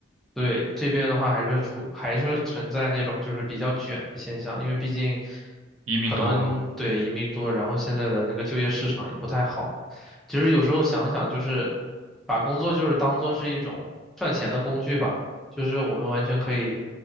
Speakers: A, in the centre; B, on the right (about 85°).
A: 对，这边的话还是出还是存在那种就是比较卷的现象，因为毕竟
B: 移民多嘛。
A: 可能对移民多，然后现在的那个就业市场也不太好嘛其实有时候想想，就是把工作就是当做是一种赚钱的工具吧，就是我们完全可以